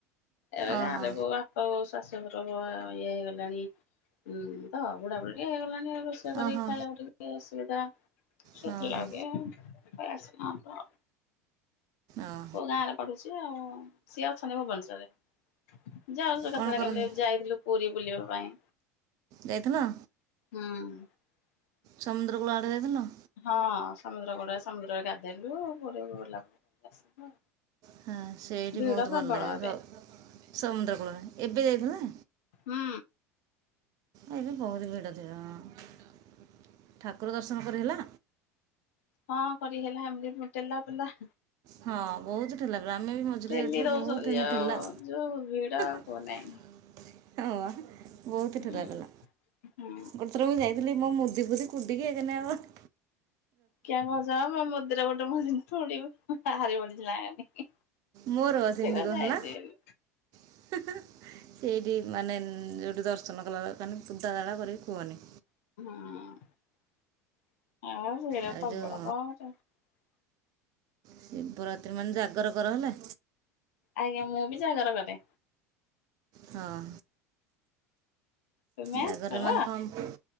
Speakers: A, on the left; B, on the right.
A: ଏବେ
B: ଓହୋ
A: ଗାଁ ରେ ମୋ ବାପା ବୋଉ ସବୁ ଶାଶୁ ବ ଇଏ ହେଇଗଲାଣି ଉଁ ତ ବୁଢା ବୁଢି ହେଇଗଲାଣି। ରୋଷେଇ କରିକ
B: ଓହୋ
A: ଖାଇବାକୁ ଟିକେ ଅସୁବିଧା ସେତ
B: ହଁ
A: ଲାଗି
B: ହଁ
A: ପଳେଇ ଆଜିଲୁ ଗାଁକୁ ଆଉ।
B: ଓହୋ
A: ପୁଅ ଗାଁ ରେ ପଢୁଛି ଆଉ ସିଏ ଅଛନ୍ତି ଭୁବନେଶ୍ୱର ରେ ଯାଉଛୁ
B: କ'ଣ
A: କେତେବେଳେ
B: କରନ୍ତି
A: କେମିତି ଯାଇଥିଲୁ ପୁରୀ ବୁଲିବା ପାଇଁ
B: ଯାଇଥିଲ?
A: ହୁଁ।
B: ସମୁଦ୍ର କୂଳ ଆଡେ ଯାଇଥିଲ?
A: ହଁ ସମୁଦ୍ର କୋଡ ସମୁଦ୍ରରେ ଗାଧେଇଲୁ ବୁଲା ବୁଲି ଆସିଲୁ ଆଉ।
B: ହଁ ସେଇଠି
A: ଭିଡ
B: ବହୁତ
A: ପ୍ରବଳ
B: ଭଲ ଲାଗେ
A: ଏବେ
B: ସମୁଦ୍ର କୂଳ ଏବେ ଯାଇଥିଲା?
A: ହୁଁ।
B: ଏବେ ବହୁତ ଭିଡ ଥିବ ହଁ <inaudible> ଠାକୁ କୁର ଦର୍ଶନ କରି ହେଲା?
A: ହଁ କରି ହେଲା ଏମିତି ଠେଲା ପେଲା
B: ହଁ ବହୁତ ଠେଲା ପେଲା ଆାମେ ବି ମଝିରେ
A: ଠେଲି
B: ଯାଇଥିଲୁ
A: ଦଉଛନ୍ତି
B: ବହୁତ ଏମିତି
A: ଆଉ
B: ଠେଲା
A: ଯୋଉ ଭିଡ ଆଉ
B: <inaudible>
A: କୁହ ନାହିଁ
B: ବହୁତ
A: ହୁଁ
B: ଠେଲା ପେଲା
A: ହୁଁ
B: ଗୋଟେ ଥର ମୁଁ ଯାଇ ଆଗଲି ମୁଁ ମୁଦି ଫୁଦି କୁଡି କେଁ ଆଉ <inaudible>
A: କିୟା କହୁଛ ମନ୍ଦିରେ ଗୋଟେ। <unintelligible>
B: ମୋର ସିମ
A: ସେ କଣ
B: ହେଲା
A: ଯାଇଛି ବୋଲି।
B: <inaudible> ସେଇଠି ମାନେ ଯୋଉଠି ଦ ର୍ଶନ କଲା କଣି ବୁଦ୍ଧା ଦଡ଼ା କରରେ କୁହନି।
A: ହଁ। <inaudible> ଆଁ।।
B: ଆଉ ଯେଉଁ
A: <unintelligible>
B: ଶିବରାତ୍ରି ମାନେ ଜାଗର କର ହେଲା।
A: ଆଜ୍ଞା ମୁଁ ବି ଜାଗର କରେ।
B: ହଁ।
A: ତୁମେ
B: ଜାଗର
A: କର?
B: ମାନେ କମ୍ କଣ